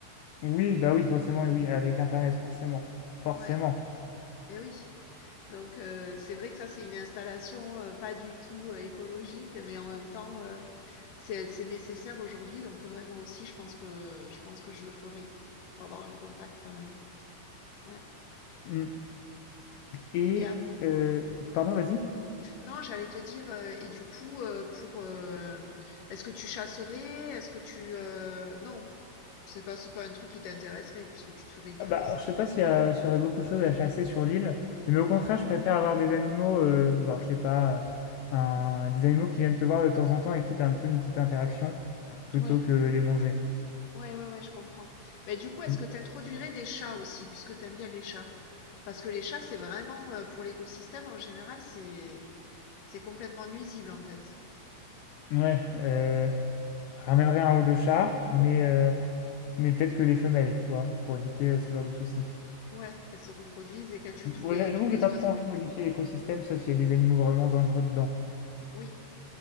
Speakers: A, on the left (about 70°); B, on the left (about 50°).
A: Oui, bah oui, forcément, oui, avec Internet, forcément. Forcément.
B: ouais, et oui. Donc heu, c'est vrai que ça, c'est une installation, heu, pas du tout, heu, écologique, mais en même temps, heu, c'est c'est nécessaire aujourd'hui. Donc heu, ouais, moi aussi, je pense que je pense que je le ferai pour avoir un contact quand même. Ouais
A: Mm. Et,
B: et ap
A: euh, pardon, vas-y.
B: non, j'allais te dire, heu et du coup, heu, pour, heu, est-ce que tu chasserais? Est-ce que tu, heu non, c'est pas c'est pas un truc qui t'intéresserait puisque tu te ferais livrer
A: Ah Bah,
B: ça?
A: je sais pas s'il y, a- s'il y aurait beaucoup de choses à chasser sur l'île, mais au contraire,
B: Ouais,
A: je préfère avoir des animaux, euh, genre, je sais pas, euh, un- des animaux qui viennent te voir de temps en temps et qui t'ont un peu une petite interaction, plutôt
B: ouais,
A: que les manger.
B: ouais, ouais, ouais, je comprends. Mais du coup, est-ce
A: Mm.
B: que tu introduirais des chats aussi, puisque tu aimes bien les chats? Parce que les chats, c'est vraiment, euh, pour l'écosystème en général, c'est c'est complètement nuisible en fait.
A: Ouais, euh, je ramènerai un ou deux chats, mais, euh, mais peut-être que des femelles, tu vois, pour éviter euh, ce genre de soucis.
B: Ouais, qu'elles se reproduisent et qu'elles tuent
A: Ouais,
B: tous les
A: j'a- J'avoue
B: tous les
A: que j'ai pas
B: oiseaux.
A: trop envie de modifier l'écosystème, sauf s'il y a des animaux vraiment dangereux dedans.
B: Oui.